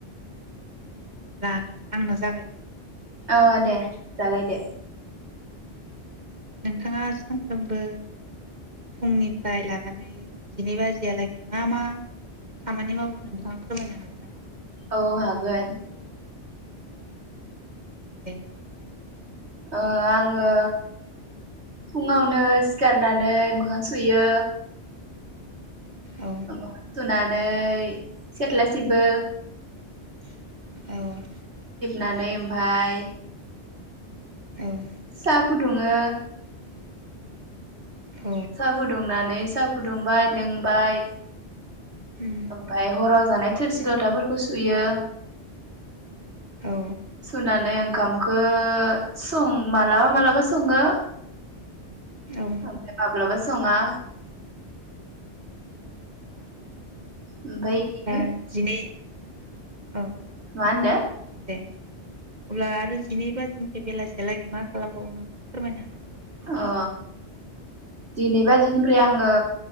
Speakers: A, on the right (about 40°); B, on the right (about 75°).
A: दे अब्ला आंनो जागायग्रोनोसै नोंथां
B: ओह दे जागायदो।
A: नोंथाङा सानफ्रोमबो फुंनिफ्राय लानानै जिनै बाजियालागै मा मा खामानि मावो नोंथाङा फोरमायनो हागोन नामा
B: औ हागोन
A: दे
B: ओ आङो फुङावनो सिखारनानै मोखां सुयो
A: औ
B: <unintelligible> थुना नै सेथ्लासिबो
A: <inaudible> औ
B: नानै ओमफाय
A: औ
B: सा फुदुङो
A: औ
B: साहा फुदुंनानै साह फुदुंबाय लोंबाय
A: उम
B: ओमफाय हराव जानाय थोरसि लथाफोरखौ सुयो
A: औ
B: सुनानै ओं ओंखामखो सं मालाबा मालाबा सङो।
A: औ
B: ओमफाय माब्ला सो सङा
A: औ
B: ओमफाय इदिनो
A: अब्ला जिनै औ
B: मा होनदों।
A: दे अब्ला आरो जिनै बाजिनिफ्राय बेलासिलागै मा खालामबावो नोंथाङा? फोरमायनो हाबावगोन नामा?
B: अ जिनै बाजिनिफ्राय आङो